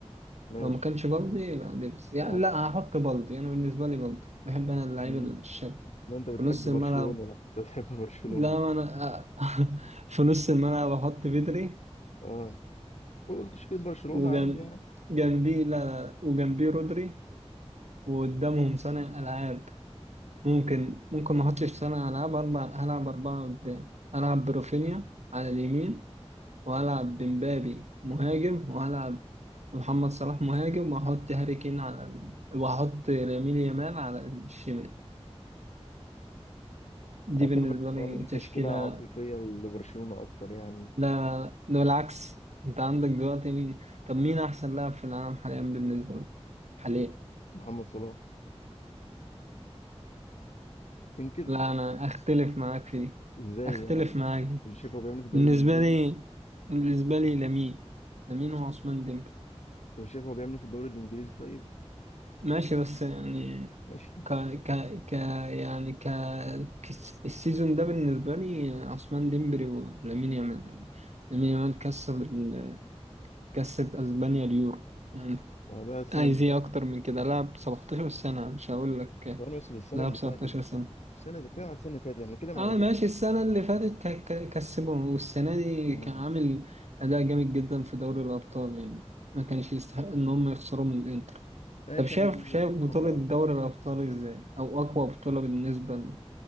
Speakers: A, on the left; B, on the right.
A: ماشي
B: لو ما كانش بالدي يبقى ديفيس يعني
A: انا عارف
B: لا هحط بالدي انا بالنسبه لي بالدي بحب انا اللعيب
A: إن
B: الشاب
A: انت
B: في
A: بتحب
B: نص
A: برشلونة
B: الملعب
A: انا كنت بتحب <laughs> برشلونة
B: لا انا <laughs> في نص الملعب احط بدري
A: اه قول تشكيل برشلونة
B: وجنب
A: عادي يعني
B: جنبي لا لا لا، وجنبي رودري وقدامهم صانع العاب ممكن ممكن ما احطش صانع العاب اربع هلعب اربعه قدام العب برافينيا على اليمين وهلعب بمبابي مهاجم وهلعب محمد صلاح مهاجم وهحط هاري كين على ال... وهحط لامين يامال على الشمال دي
A: انا
B: بالنسبة
A: شايف إن
B: لي
A: يعني دي
B: تشكيلة
A: تشكيلة عاطفية لبرشلونة اكتر يعني
B: لا ده بالعكس انت عندك دلوقتي مين طب مين احسن لاعب في العالم حاليا بالنسبة لك حاليا
A: محمد صلاح تنكر
B: لا انا اختلف معاك في دي
A: ازاي
B: اختلف
A: يعني
B: معاك دي.
A: مش شايف هو بيعمل إيه في الدوري
B: بالنسبة
A: الانجليزي
B: لي بالنسبة لي لامين لامين وعثمان ديمبلي
A: انت مش شايف هو بيعمل إيه في الدوري الانجليزي طيب
B: ماشي بس يعني
A: ماشي
B: ك ك ك يعني ك كس- السيزون ده بالنسبة لي عثمان ديمبلي ولامين يامال لامين يامال كسب ال- كسب اسبانيا اليورو يعني
A: ما ده السنة
B: عايز
A: اللي
B: ايه
A: فاتت
B: اكتر من كده لعب 17 سنة مش هقول لك
A: ثواني بس ده السنة
B: لعب
A: اللي
B: 17
A: فاتت
B: سنة
A: السنة دي كده على السنة اللي فاتت يعني كده مع
B: اه
A: دلوقتي
B: ماشي السنة اللي فاتت ك- ك- كسبهم والسنة دي
A: آه.
B: كان عامل أداء جامد جدا في دوري الأبطال يعني ما كانش يستحق إن هم يخسروا من الإنتر
A: ماشي
B: طب شايف
A: يعني دي
B: شايف
A: وجهة
B: بطولة
A: نظرك
B: دوري
A: يعني
B: الأبطال إزاي أو أقوى بطولة بالنسبة